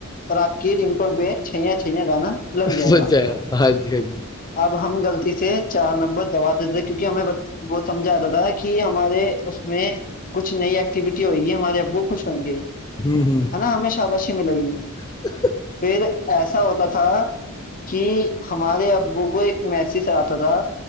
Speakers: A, on the left; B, on the left.
A: اور آپ کی رنگٹون پہ چھیاں چھیا گانا لگ جائے
B: مھایا
A: گا
B: ہاں جی ہاں جی
A: اب ہم غلطی سے چار نمبر دبا دیتے کیونکہ ہمیں وہ سمجھا آتا تھا کہ ہمارے اس میں کچھ نئی ایکٹیویٹی ہوئے گی ہمارے ابو خوش ہوئیں گے
B: ہوں ہوں
A: ہے نا ہمیں شاباشی ملے گی
B: ہ
A: پھر ایسا ہوتا تھا کہ ہمارے ابو کو ایک میسیج آتا تھا